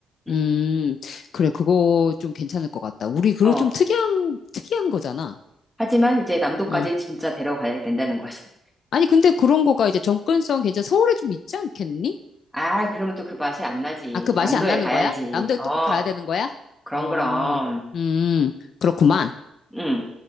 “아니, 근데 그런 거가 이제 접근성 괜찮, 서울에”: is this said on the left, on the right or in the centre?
Left